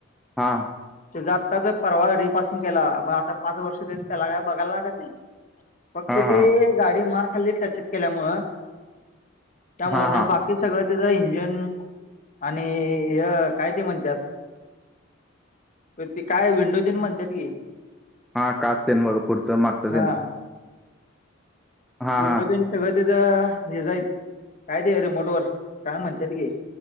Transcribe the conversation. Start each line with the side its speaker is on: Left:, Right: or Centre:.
Centre: हां.
Left: ते आत्ताच परवा रिपासिंग केलाग आता पाच वर्ष देणे त्याला काय बघायला लागत नाही. फक्त
Centre: हा हा
Left: ती गाडी मार खाल्ली त्याच्यात केल्यामु त्यामुंड
Centre: हा हा
Left: बाकी ते सगळं त्याचं इंजन आणि हे काय ते म्हणतात. ते काय विंडोज आणि म्हणतात की,
Centre: हा काच सल बग पुढचं मागचं सल
Left: हा विंडोजन
Centre: हा
Left: सगळं त्याच हे जाईत काय ते रिमोट वर काय म्हणतायात गे,